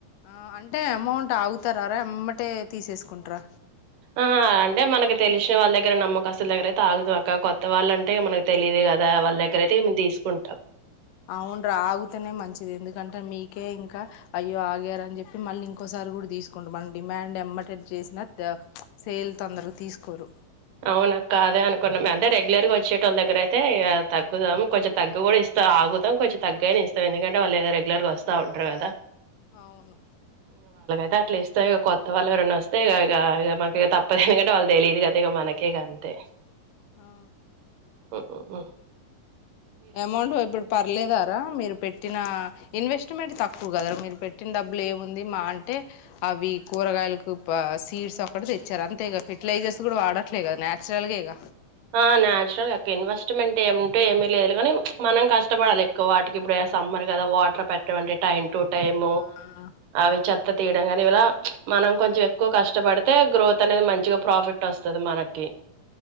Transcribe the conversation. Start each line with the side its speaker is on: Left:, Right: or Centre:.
Left: ఆ అంటే అమౌంట్ ఆగుతారారా వెమ్మటే తీసేసుకుంటార
Right: ఆ అంటే మనకి తెలిసిన వాళ్ళ దగ్గర నమ్మకస్తుల దగ్గర అయితే ఆగుతది అక్క కొత్త వాళ్ళ అంటే మనకు తెలియదు కదా వాళ్ళ దగ్గర అయితే మేము తీసుకుంటాం
Left: అవును రా ఆగితేనే మంచిది ఎందుకంటే మీకే ఇంకా అయ్యో ఆగారుని చెప్పి మళ్ళీ ఇంకోసారి కూడా తీసుకుంటారు మన డిమాండ్ వెమ్మటే చేసినా సేల్ తొందరగా తీసుకోరు
Right: అవునక్క అదే అనుకున్నాం అంటే రెగ్యులర్గా వచ్చేటోళ్ల దగ్గర అయితే తగ్గుతాం కొంచెం తగ్గు కూడా ఇస్త ఆగుతాం కొంచెం తగ్గగానే ఇస్తాం ఎందుకంటే వాళ్ళు రెగ్యులర్గా వస్తా ఉంటారు కదా
Left: అవును
Right: అ అట్లా ఇస్తా ఇక కొత్త వాళ్ళు ఎవరైనా వస్తే ఇక మ ఇక తప్పదనికంటే వాళ్ళ తెలియదు కదా ఇగ మనకే గ అంతే
Left: ఆ
Right: ఆ
Left: అమౌంట్ ఇప్పుడు పర్లేదారా మీరు పెట్టిన ఇన్వెస్ట్ మంటి తక్కువ కదా మీరు పెట్టిన డబ్బులు ఏముంది మహా అంటే అవి కూరగాయలకు సీడ్స్ అక్కడ తెచ్చారు అంతే ఇక ఫెర్టిలైజర్స్ కూడా వాడట్లే కదా నేచురల్గా ఇక
Right: ఆ నేచురల్ గా ఇన్వెస్ట్మెంట్ ఏమింటే ఏమి లేదు గానీ మనం కష్టపడాలి ఎక్కువ వాటికి ఇప్పుడు సమ్మర్ కదా వాటర్ పెట్టే టైం టు టైమ్
Left: ఆ
Right: అవి చెప్ప త్త తీయడం కాని ఇలా మనం కొంచెం ఎక్కువ కష్టపడితే గ్రోత్ అనేది మంచిగా ప్రాఫిట్ వస్తుంది మనకి